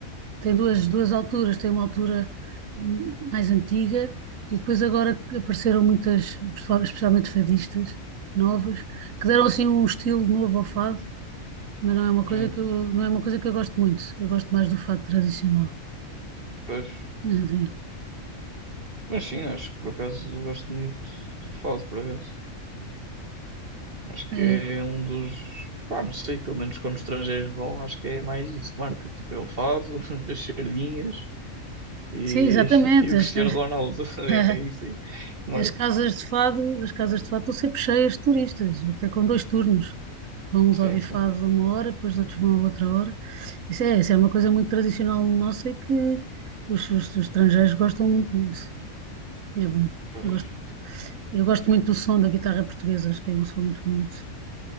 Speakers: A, on the right; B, on the right.
A: tem duas, duas alturas, tem uma altura hum, mais antiga e depois agora que apareceram muitas, pessoa- especialmente fadistas novas, que deram assim um estilo novo ao fado mas não é uma coisa
B: Hum,
A: que eu, não é uma coisa que eu gosto muito. Eu gosto mais do fato tradicional.
B: pois.
A: É assim,
B: Mas sim, acho que por acaso eu gosto muito de fado, por acaso. Acho que
A: é,
B: é um dos. Pá, não sei, pelo menos quando os estrangeiros vão, acho que é mais isso que marca. Tipo, é o fado, <laughs> as sardinhas E,
A: sim, exatamente.
B: <laughs> e o
A: As,
B: Cristiano
A: as,
B: Ronaldo, <laughs>
A: <laughs>
B: é isso aí. Marca,
A: as casas de fado, as casas de fado estão sempre cheias de turistas, até com dois turnos. Vão uns
B: sim,
A: ouvir
B: sim.
A: fado a uma hora, depois outros vão a outra hora. Isso é, isso é uma coisa muito tradicional nossa e que os, os- os estrangeiros gostam muito, muito. É bom.
B: Pois.
A: Gosto, eu gosto muito do som da guitarra portuguesa, acho que é um som muito bonito.